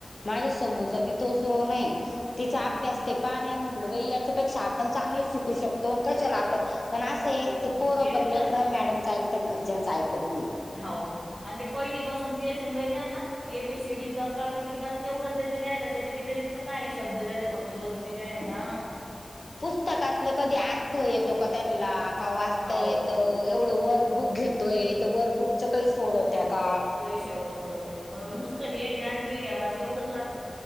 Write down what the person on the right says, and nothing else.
मग
तेच
ना
हव आणि ते पहिली पासून तेज येन बै त्यांना? ए बी सीडी कका क ककी बस तेवढ ते ल्यायला त्याच्या व्यतिरिक् काय शब्द जाते फक्त रोजची लिहायला
हाव
कहीश सोडवत त्या बरोबर नुसत हे घ्या आणि ते घ्याव अस एवढच राहत.